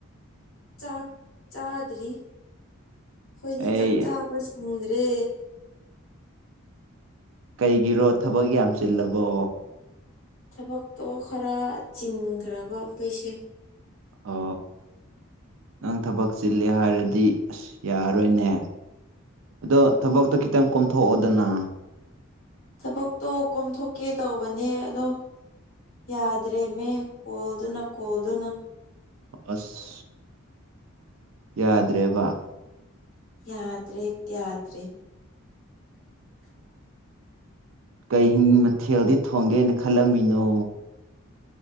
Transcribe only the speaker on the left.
ꯆꯥꯛ ꯆꯥꯗ꯭ꯔꯤ ꯑꯩꯈꯣꯏꯗꯤ
ꯆꯥꯛ ꯆꯥꯕꯨꯡꯗ꯭ꯔꯦ ꯔꯦ
ꯊꯕꯛꯇꯣ ꯈꯔ ꯆꯤꯟꯈ꯭ꯔꯕ ꯑꯩꯈꯣꯏꯁꯦ
ꯊꯕꯛꯇꯣ ꯀꯣꯝꯊꯣꯛꯀꯦ ꯇꯧꯕꯅꯦ ꯑꯗꯣ ꯌꯥꯗ꯭ꯔꯦꯃꯦ ꯀꯣꯜꯗꯨꯅ ꯀꯣꯜꯗꯨꯅ
ꯌꯥꯗ꯭ꯔꯦ ꯌꯥꯗ꯭ꯔꯦ <unintelligible>